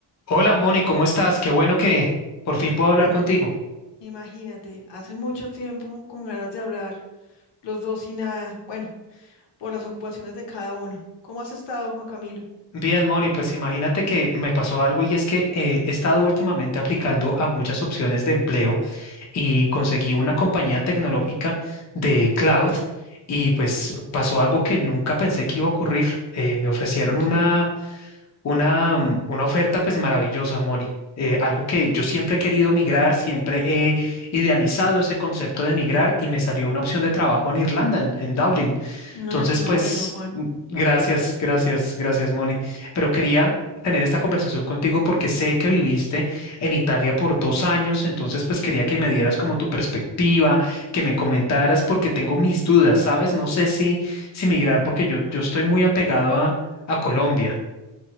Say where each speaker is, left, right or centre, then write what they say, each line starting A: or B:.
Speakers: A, on the left (about 40°); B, on the left (about 70°).
A: Hola Moni, ¿cómo estás? Qué bueno que por fin puedo hablar contigo.
B: Imagínate, hace mucho tiempo con ganas de hablar, los dos y nada, bueno, por las ocupaciones de cada uno. ¿Cómo has estado, Juan Camilo?
A: Bien, Moni, pues imagínate que me pasó algo y es que eh, he estado últimamente aplicando a muchas opciones de empleo y conseguí una compañía tecnológica de cloud y pues pasó algo que nunca pensé que iba a ocurrir. Eh, me ofrecieron una,
B: Sí.
A: una, mm, una oferta pues maravillosa, Moni. Eh, algo que yo siempre he querido migrar, siempre he idealizado ese concepto de migrar y me salió una opción de trabajo en Irlanda, en en Dublín.
B: Ay,
A: Entonces,
B: qué
A: pues,
B: bueno, Juan.
A: mm, gracias, gracias, gracias, Moni. Pero quería tener esta conversación contigo porque sé que viviste en Italia por dos años, entonces, pues, quería que me dieras como tu perspectiva, que me comentaras porque tengo mis dudas, ¿sabes? No sé si, si migrar porque yo, yo estoy muy apegado a, a Colombia.